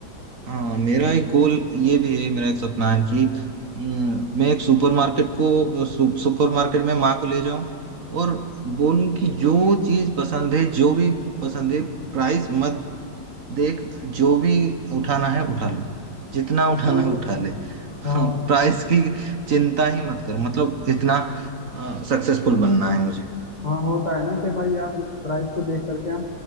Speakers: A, on the right; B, on the left.
A: हाँ मेरा एक गोल ये भी है मेरा एक सपना है कि अम, मैं एक सुपरमार्केट को सु, सुपरमार्केट में माँ को ले जाऊं और बोलूं कि जो चीज पसंद है जो भी पसंद है प्राइस मत देख जो भी उठाना है उठा ले जितना
B: अच्छा
A: उठाना
B: मतलब
A: है उठा ले
B: हाँ
A: हाँ प्राइस
B: हाँ
A: की चिंता ही मत कर मतलब इतना सक्सेसफुल बनना है मुझे
B: हाँ होता है ना कि भाई यार प्राइस को देख करके हम